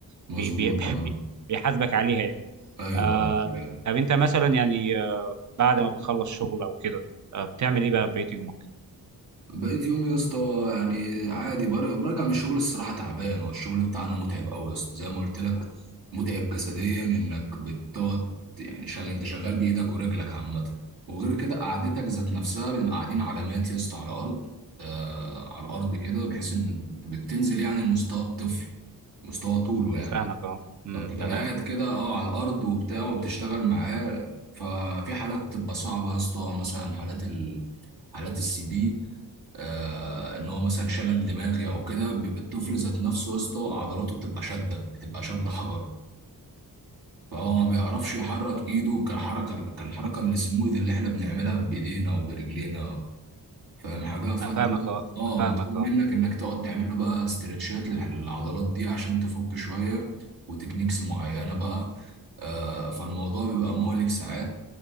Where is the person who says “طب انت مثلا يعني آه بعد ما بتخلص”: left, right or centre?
Right